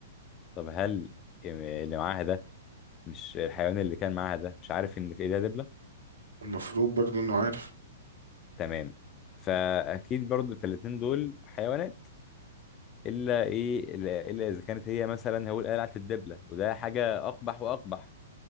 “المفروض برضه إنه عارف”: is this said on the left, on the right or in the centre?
Right